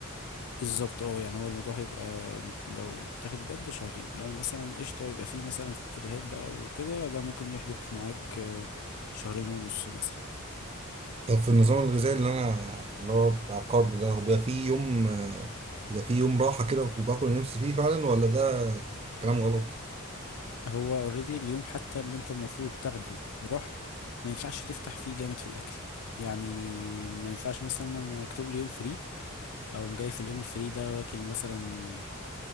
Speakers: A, on the left (about 80°); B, on the right (about 25°).
A: بالظبط اه يعني هو الموضوع هيبقى مت- لو تاخد جد شهرين لو مثلا قشطة يبقى فيه مثلا فريهات بقى وكده ده ممكن يحدث معاك آه، شهرين ونص مثلا
B: طب في النظام الغذائي اللي انا اللي هو بتاع الكارب ده هو بيبقى فيه يوم آه، بيبقى فيه يوم راحه كده وباكل اللي نفسي فيه فعلا ولا ده كلام غلط
A: هو اوريدي اليوم حتى اللي انت المفروض تاخده وراح ما ينفعش تفتح فيه جامد في الاكل يعني ما ينفعش مثلا انا مكتوب لي يوم فري اقوم جاي في اليوم الفري ده واكل مثلا